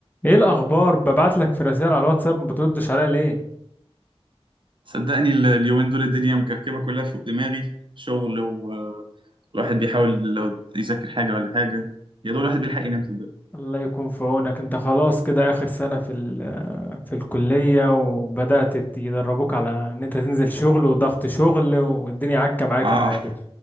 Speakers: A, on the left; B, on the right.
A: ايه الاخبار ببعت لك في رسائل على الواتساب ما بتردش عليا ليه
B: صدقني ال- اليومين دول الدنيا مكركبة كلها فوق دماغي شغل والواحد بيحاول لو يذاكر حاجة ولا حاجة يا دول الواحد بيلحق ينام صدقني
A: الله يكون في عونك انت خلاص كده اخر سنة في ال- آه، في الكلية وبدأت ت- يدربوك على ان انت تنزل شغل وضغط شغل والدنيا عكة معاك
B: آه
A: انا عارف